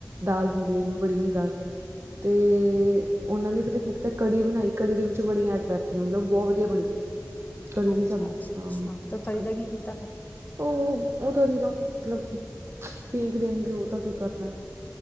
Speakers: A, on the right; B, on the left.
A: ਦਾਲ ਹੁੰਦੀ ਏ, ਜਿਵੇਂ ਬੜੀਆਂ ਦੀ ਦਾਲ। ਤੇ ਓਨਾਂ ਨੇ ਪਤਾ ਕੀ ਕੀਤਾ ਕੜੀ ਬਣਾਈ, ਕੜੀ ਦੇ ਵਿੱਚੋਂ ਵੜੀਆਂ ਐਡ ਕਰਤੀਆਂ ਮਤਲਬ ਬੋਤ ਵਦੀਆ ਬਣੀ। ਕੜੀ ਦੀ
B: ਅੱਛਾ
A: ਸਬਜ਼,
B: ਅੱਛਾ
A: ਹਾਂ
B: ਅੱਛਾ ਤੇ ਤਰੀ
A: ਕੜੀ
B: ਦਾ ਕੀ ਕੀਤਾ ਫਿਰ
A: ਓ, ਓ ਤਰੀ ਦਾ ਹੁਨ ਮਤਲਬ ਫੇਕ ਦੇਣਗੇ ਓਦਾ ਕੀ ਕਰਨਾ?